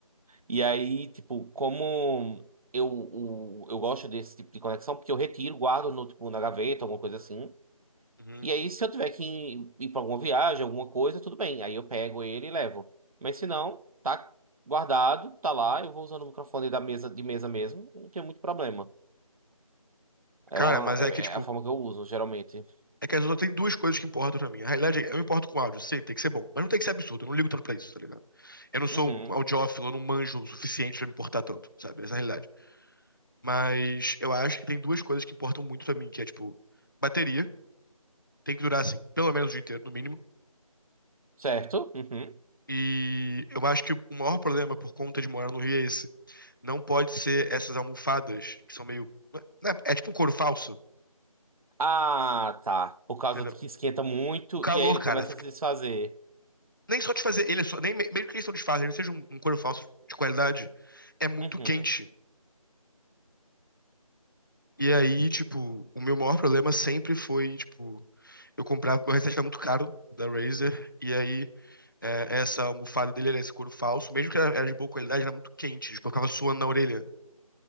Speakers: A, on the right (about 75°); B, on the left (about 35°).
A: E aí, tipo, como eu, o- eu gosto desse tipo de conexão, porque eu retiro, guardo no, tipo, na gaveta, alguma coisa assim.
B: Uhum.
A: E aí, se eu tiver que ir, ir para alguma viagem, alguma coisa, tudo bem. Aí eu pego ele e levo. Mas se não, tá guardado, tá lá. Eu vou usando o microfone da mesa, de mesa mesmo. Não tem muito problema. É,
B: Cara,
A: uma,
B: mas
A: é
B: é que tipo,
A: é a forma que eu uso, geralmente.
B: É que as outras tem duas coisas que importam pra mim. Na realidade, é, eu importo com áudio, sei, tem que ser bom. Mas não tem que ser absurdo, eu não ligo tanto pra isso, tá ligado? Eu não sou
A: Uhum.
B: um audiófilo, eu não manjo o suficiente pra me importar tanto, sabe? Essa é a realidade. Mas eu acho que tem duas coisas que importam muito pra mim, que é, tipo, bateria, tem que durar, assim, pelo menos o dia inteiro, no mínimo.
A: Certo? Uhum.
B: E eu acho que o maior problema por conta de morar no Rio é esse. Não pode ser essas almofadas que são meio. né, É tipo um couro falso,
A: Ah, tá. Por causa
B: entendeu?
A: de que esquenta muito
B: O calor,
A: e aí ele
B: cara,
A: começa a se desfazer.
B: nem só de fazer ele é só, nem, mesmo que eles não disfarcem, seja um, um couro falso de qualidade, é muito
A: Uhum.
B: quente. E aí, tipo, o meu maior problema sempre foi, tipo, eu comprava, meu headset era muito caro da Razer, e aí é, essa almofada dele era esse couro falso, mesmo que era, era de boa qualidade, era muito quente, tipo, eu ficava suando na orelha.